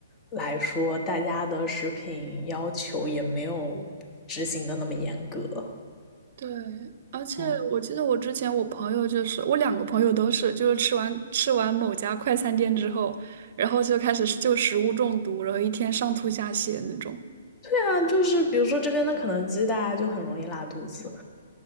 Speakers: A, on the left; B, on the right.
A: 来说，大家的食品要求也没有执行的那么严格。
B: 对，而且我记得我之前我朋友就是我两个朋友都是，
A: 嗯，
B: 就是吃完吃完某家快餐店之后，然后就开始就食物中毒，然后一天上吐下泻那种。
A: 对啊，就是比如说这边的肯德基，大家就很容易拉肚子，